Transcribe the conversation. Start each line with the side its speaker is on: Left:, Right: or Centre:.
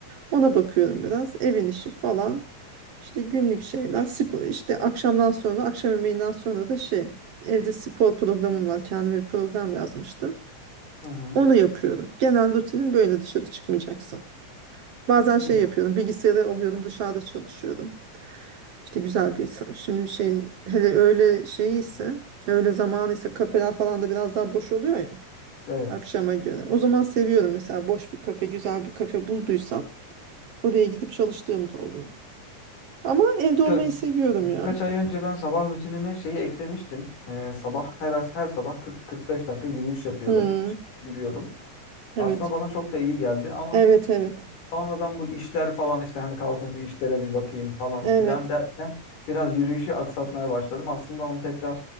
Right: Ona bakıyorum biraz. Evin işi falan. İşte günlük şeyler. Spor, işte akşamdan sonra akşam yemeğinden sonra da şey evde spor programım var. Kendime bir program yazmıştım.
Left: Hı hı.
Right: Onu yapıyorum. Genel rutinim böyle dışarı çıkmayacaksa. Bazen
Left: Güzel.
Right: şey yapıyordum, bilgisayarı alıyordum, dışarıda çalışıyordum. İşte güzel bir, sa- şimdi şey, hele öğle şeyi ise, öğle zamanı ise kafeler falan da biraz daha boş oluyor ya
Left: Evet.
Right: akşama göre. O zaman seviyorum mesela boş bir kafe, güzel bir kafe bulduysam oraya gidip çalıştığım da oluyor. Ama evde olmayı
Left: Birka-
Right: seviyorum
Left: birkaç
Right: ya.
Left: ay önce ben sabah rutinime şeyi eklemiştim. Ee, sabah her her sabah 40-45 dakika yürüyüş yapıyordum.
Right: Hmm,
Left: Çıkıp yürüyordum.
Right: evet.
Left: Aslında bana çok da iyi geldi ama
Right: Evet, evet.
Left: sonradan bu işler falan işte hani kalkınca işlere bir bakayım falan
Right: Evet.
Left: filan derken biraz yürüyüşü aksatmaya başladım. Aslında onu tekrar